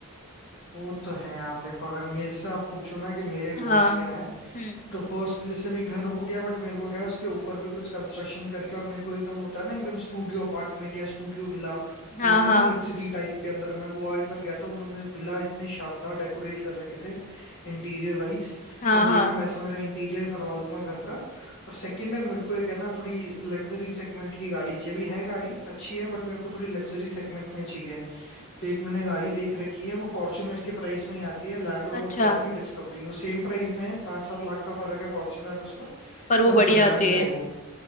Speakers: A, on the left (about 50°); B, on the left (about 35°).
A: वो तो है यार देखो अगर मेरे से आप पूछो ना कि मेरे
B: हाँ
A: गोल्स क्या है
B: हम्म
A: तो फर्स्ट जैसे भी घर हो गया बट मेरे को क्या है, उसके ऊपर भी कुछ कंस्ट्रक्शन करके और मेरे को एकदम होता है ना एकदम स्टूडियो अपार्टमेंट या स्टूडियो विला
B: हाँ
A: जो होता
B: हाँ
A: है ना लग्जरी टाइप के अंदर मैं गोवा एक बार गया था उन्होंने विला इतने शानदार डेकोरेट कर रखे थे इंटीरियर वाइज
B: हाँ
A: मैं देख
B: हाँ
A: रहा हूँ वैसा मेरा इंटीरियर करवा लूंगा घर का और सेकंड है मेरे को एक है ना थोड़ी लग्जरी सेगमेंट की गाड़ी चाहिए अभी है गाड़ी अच्छी है बट मेरे को थोड़ी लग्जरी सेगमेंट में चाहिए तो एक मैंने गाड़ी देख रखी है वो फॉर्च्यूनर के प्राइस में ही आती है लैंड रोवर
B: अच्छा
A: की आती है डिस्कवरी वो सेम प्राइस में है पाँच सात लाख का फर्क है फॉर्च्यूनर उसमें
B: पर वो
A: पर
B: बढ़िया
A: ब्रांड
B: आती
A: है
B: है
A: वो